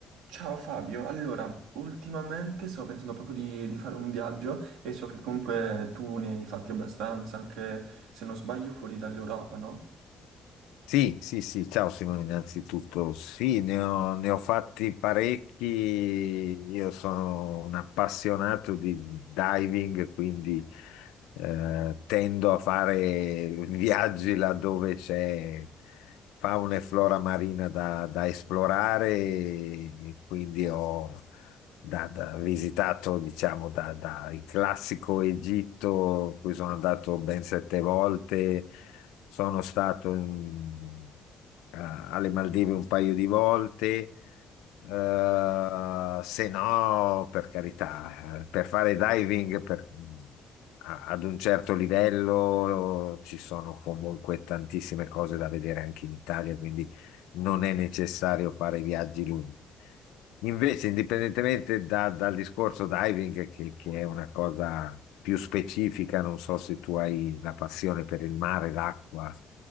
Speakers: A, on the right; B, on the left.
A: Ciao Fabio, allora, ultimamente sto pensando proprio di, di fare un viaggio e so che comunque tu ne hai fatti abbastanza, anche se non sbaglio fuori dall'Europa, no?
B: Sì, sì, sì, ciao Simone, innanzitutto sì, ne ho, ne ho fatti parecchi, io sono un appassionato di diving, quindi eh, tendo a fare <laughs> viaggi laddove c'è fauna e flora marina da, da esplorare, e quindi ho da- da- visitato, diciamo, da, da il classico Egitto, in cui sono andato ben sette volte sono stato in- a- alle Maldive un paio di volte. Eh, se no, per carità, eh, per fare diving per- a- ad un certo livello ci sono comunque tantissime cose da vedere anche in Italia, quindi non è necessario fare viaggi lunghi. Invece, indipendentemente da- dal discorso diving, che, che è una cosa più specifica, non so se tu hai la passione per il mare, l'acqua.